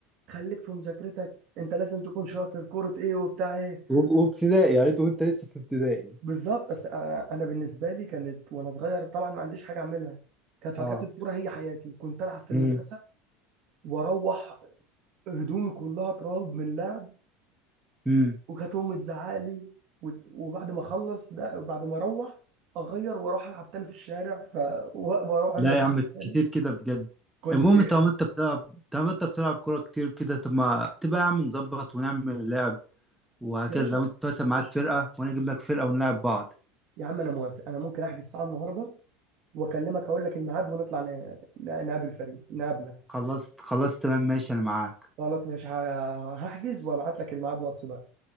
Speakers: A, on the right; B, in the centre.
A: خليك في مذاكرتك انت لازم تكون شاطر كرة ايه وبتاع ايه
B: و- وابتدائي يعني انت وانت لسه في ابتدائي
A: بالظبط بس انا أنا بالنسبه لي كانت وانا صغير طبعا ما عنديش حاجه اعملها كان فكانت
B: اه
A: الكوره هي حياتي كنت العب في المدرسه
B: امم
A: واروح هدومي كلها تراب من لعب
B: امم
A: وكانت امي تزعق لي وت- وبعد ما اخلص ده بعد ما اروح اغير واروح العب تاني في الشارع ف و- واروح المدرسه
B: لا يا عم
A: تاني
B: كتير كده بجد
A: كنت
B: المهم
A: يا
B: طالما انت بتلعب طالما انت بتلعب كورة كتير كده طب ما تبقى يا عم نظبط ونعمل لعب وهكذا
A: باشا
B: لو انت مثلا معاك فرقة وانا اجيب لك فرقة ونلعب بعض
A: يا عم انا موافق انا ممكن احجز الساعه النهارده واكلمك اقول لك الميعاد ونطلع ن- ن- نقابل فريق نقابلك
B: خلاص خلاص تمام ماشي انا معاك
A: خلاص ماشي ه- هحجز وابعت لك الميعاد واتس بقى